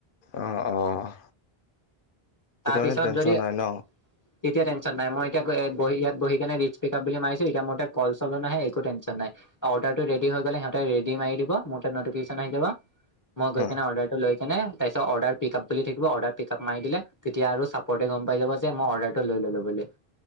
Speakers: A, on the left; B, on the left.
A: অ', অ'। তেতিয়া
B: তাৰপিছত
A: মানে টেনচন
B: যদি
A: নাই ন
B: তেতিয়া টেনচন নাই মই এতিয়া এ বহি ইয়াত বহি কেনে ৰিটচ পিক আপ বুলি মাৰিছো এতিয়া মোৰ তাত কল চলো নাহে একো টেনচন নাই। অৰ্ডাৰটো ৰেডি হৈ গলে সিহঁতে ৰেডি মাৰি দিব মোৰ তাত নটিফিকেশ্যন আহি যাব। মই গৈ
A: অ
B: কেনে অৰ্ডাৰটো লৈ কেনে তাৰিছত অৰ্ডাৰ পিক আপ বুলি থাকিব অৰ্ডাৰ পিক আপ মাৰি দিলে তেতিয়া আৰু চাপৰ্টে গম পাই যাব যে মই অৰ্ডাৰটো লৈ ল'লো বুলি।